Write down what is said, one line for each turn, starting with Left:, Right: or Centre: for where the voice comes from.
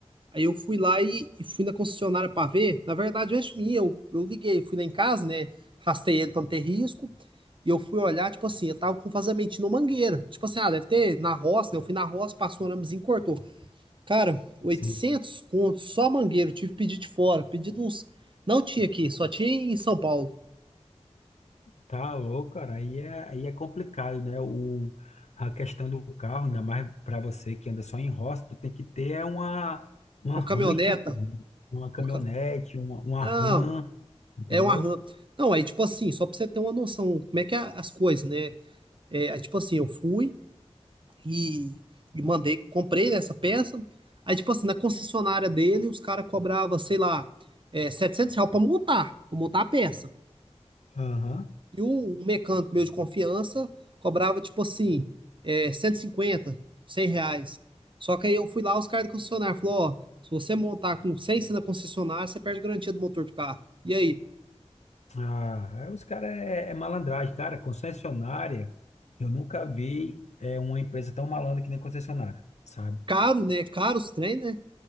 Right: Aí eu fui lá e, e fui na concessionária para ver. Na verdade, antes minha, eu, eu liguei, fui lá em casa, né? Rastei ele para não ter risco. E eu fui olhar, tipo assim, eu tava com vazamento na mangueira. Tipo assim, ah, deve ter na roça, né? Eu fui na roça, passou um aramezinho, e cortou. Cara, oitocentos
Left: sim.
Right: contos, só mangueira. Eu tive que pedir de fora, pedido uns. Não tinha aqui, só tinha em São Paulo.
Left: Tá louco, cara. Aí é, aí é complicado, né? O, a questão do carro, ainda mais para você que anda só em roça, tu tem que ter é uma, uma
Right: Uma
Left: Range,
Right: caminhoneta.
Left: pô, uma caminhonete,
Right: uma ca-
Left: uma, uma
Right: Não,
Left: Ram, entendeu?
Right: é um arranque. Não, aí, tipo assim, só pra você ter uma noção, como é que é as coisas, né? É, aí, tipo assim, eu fui. E, e mandei, comprei essa peça. Aí, tipo assim, na concessionária dele, os caras cobravam, sei lá, é, 700 reais pra montar, pra montar a peça.
Left: Aham.
Right: E o, mecânico meu de confiança cobrava, tipo assim, é, 150 100 reais. Só que aí eu fui lá, os caras da concessionária falaram, ó, se você montar com 100 na concessionária, você perde a garantia do motor do carro. E aí?
Left: Ah, aí os caras é, é malandragem. Cara, concessionária, eu nunca vi é, uma empresa tão malandra que nem concessionária, sabe?
Right: Caro, né? Caro os trem, né?